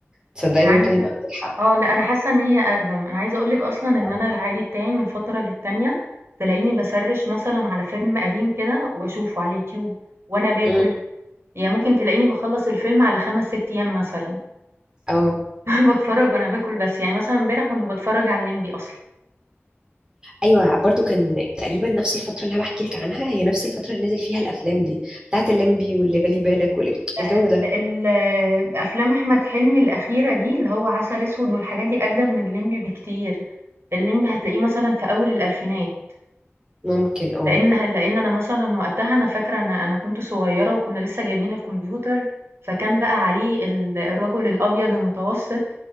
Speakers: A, on the right; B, on the right.
A: تصدقي
B: أنا عايزة
A: ممكن يبقى عندك حق
B: اه لا انا حاسه ان هي اقدم انا عايزه اقولك اصلا ان
A: اه
B: انا العادي بتاعي من فتره للتانيه تلاقيني بسرش مثلا على فيلم قديم كده واشوفه على اليوتيوب وانا باكل
A: أمم،
B: يعني ممكن تلاقيني بخلص الفيلم على خمس ست ايام مثلا
A: اه
B: <laughs> بتفرج وانا باكل بس يعني مثلا امبارح كنت بتفرج على الليمبي اصلا
A: ايوه برضو كان تقريبا نفس الفتره اللي انا بحكي لك عنها هي نفس الفتره اللي نزل فيها الافلام دي بتاعت الليمبي واللي بالي بالك والجو
B: لا ال
A: ده
B: ال افلام احمد حلمي الاخيره دي اللي هو عسل اسود والحاجات دي اجدد من الليمبي بكتير الليمبي هتلاقيه مثلا في اول الالفينات
A: ممكن اه
B: لإن ه لإن أنا مثلًا وقتها أنا فاكرة أنا أنا كنت صغيرة وكنا لسه جايبين الكمبيوتر، فكان بقى عليه ال الرجل الأبيض المتوسط